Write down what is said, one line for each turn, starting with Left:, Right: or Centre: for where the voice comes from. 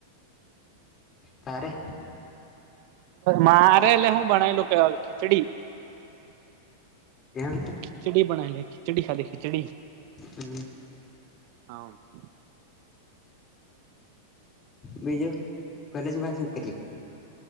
Left: તારે
Right: મારે એટલે હું બનાલઉ કે ખીચડી
Left: એમ કે
Right: ખીચડી બનાઈ લે ખીચડી ખાલી ખીચડી
Left: હમ્મ
Right: હા
Left: બીજું કોલેજમાં શું કર્યું